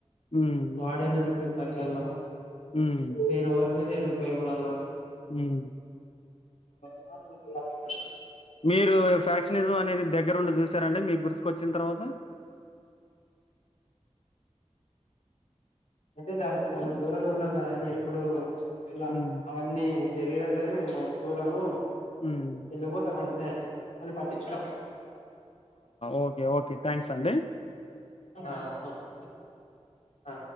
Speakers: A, on the left; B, on the left.
A: హ్మ్.
B: వాడే నను చూసి తగ్గాలా
A: హ్మ్.
B: నేను ఎవరిని చూసి ఎందుకు భయపడాలా
A: మ్మ్
B: పాత <unintelligible>
A: మీరు ఫ్యాక్షనిజం అనేది దగ్గరండి చూసారంటే మీకు గుర్తుకు వచ్చిన తర్వాత
B: అంటే దానికి కొంతం దూరంగా ఉన్నాం కదండి ఎప్పుడు అలా
A: హ్మ్.
B: అవన్నీ జరిగినా సరే మేము చూడము
A: హ్మ్.
B: వెళిపోతామంట అండి అన్ని పట్టించుకోము
A: ఓకే ఓకే థ్యాంక్స్ అండి
B: అహ ఓకే ఆ